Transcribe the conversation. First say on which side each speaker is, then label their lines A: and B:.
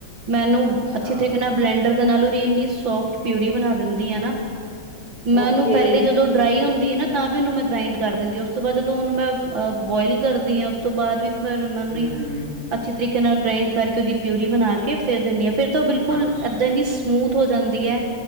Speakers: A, on the right; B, on the right.
A: ਮੈਂ ਉਹਨੂੰ
B: ਅੱਛਾ
A: ਅੱਛੇ ਤਰੀਕੇ ਨਾਲ ਬਲੈਂਡ ਡ ਦੇ ਨਾਲ ਓਹਦੀ ਇੰਨੀ ਸੋਫਟ ਪਿਊਰੀ ਬਣਾ ਦਿੰਦੀ ਆ ਨਾ। ਮੈਂ
B: ਓਕੇ
A: ਉਹਨੂੰ ਪਹਿਲੇ ਜਦੋਂ ਡਰਾਈ ਹੁੰਦੀ ਆ ਨਾ ਤਾਂ ਵੀ ਉਹਨੂੰ ਮੈਂ ਗ੍ਰਾਇੰਡ ਕਰ ਦਿੰਦੀ ਆ ਉਸ ਤੋਂ ਬਾਅਦ ਜਦੋਂ ਉਹਨੂੰ ਮੈਂ ਅਹ ਬੋਇਲ ਕਰਦੀ ਆ ਉਸ ਤੋਂ ਬਾਅਦ ਵੀ ਫਿਰ <unintelligible>
B: ਹੂੰ
A: ਅੱਛੀ ਤਰੀਕੇ ਨਾਲ ਗ੍ਰਾਇੰਡ ਕਰਕੇ ਉਹਦੀ ਪਿਊਰੀ ਬਣਾ ਕੇ ਫੇਰ ਦਿਨੀ ਆ ਫੇਰ ਤਾਂ ਬਿਲਕੁਲ
B: ਅੱਛਾ
A: ਏਦਾਂ ਦੀ ਸਮੂਥ ਹੋ ਜਾਂਦੀ ਐ